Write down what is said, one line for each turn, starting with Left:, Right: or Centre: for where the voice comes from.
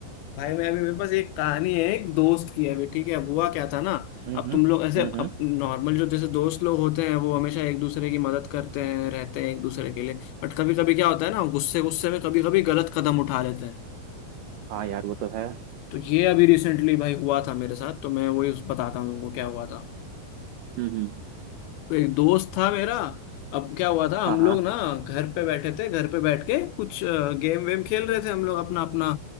Left: भाई मैं अभी मेरे पास एक कहानी है एक दोस्त की है अभी ठीक है अब हुआ क्या था ना
Right: हम्म
Left: अब
Right: हम्म
Left: तुम लोग ऐसे
Right: हम्म
Left: अब
Right: हम्म
Left: नॉर्मल जो जैसे दोस्त लोग होते हैं वो हमेशा एक दूसरे की मदद करते हैं रहते हैं एक दूसरे के लिए बट कभी कभी क्या होता है ना गुस्से गुस्से में कभी कभी गलत कदम उठा लेते हैं
Right: हाँ यार वो तो है
Left: तो ये अभी रिसेंटली भाई हुआ था मेरे साथ तो मैं वही उस- बताता हूँ तुमको क्या हुआ था
Right: हम्म हम्म
Left: एक दोस्त था मेरा अब क्या हुआ था हम
Right: हाँ हाँ
Left: लोग ना घर पे बैठे थे घर पे बैठ के कुछ गेम वेम खेल रहे थे हम लोग अपना अपना